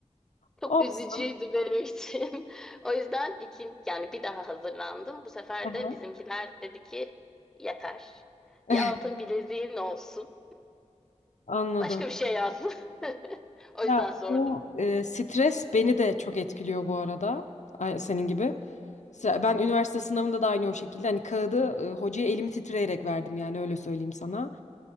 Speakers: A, in the centre; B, on the left.
A: Çok
B: Olsun.
A: üzücüydü benim için. <laughs> O yüzden iki, yani bir daha hazırlandım. Bu sefer
B: Hı
A: de
B: hı.
A: bizimkiler dedi ki yeter.
B: <laughs>
A: Bir altın bileziğin olsun.
B: Anladım.
A: Başka bir şey yaz. <laughs> O
B: Ya
A: yüzden sordum.
B: bu e, stres beni de çok etkiliyor bu arada. Ay- Senin gibi. Se- Ben üniversite sınavında da aynı o şekilde. Hani kağıdı e, hocaya elimi titreyerek verdim yani öyle söyleyeyim sana.